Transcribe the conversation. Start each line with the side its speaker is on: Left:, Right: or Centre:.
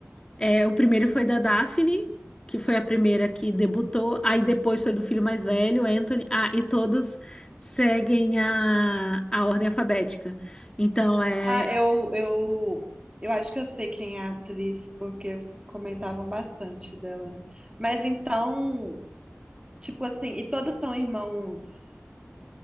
Left: É, o primeiro foi da Daphne, que foi a primeira que debutou. Aí depois foi do filho mais velho, Anthony. Ah, e todos seguem a, a ordem alfabética. Então é.
Right: Ah, eu, eu, eu acho que eu sei quem é a atriz, porque comentavam bastante dela, né? Mas então, tipo assim, e todos são irmãos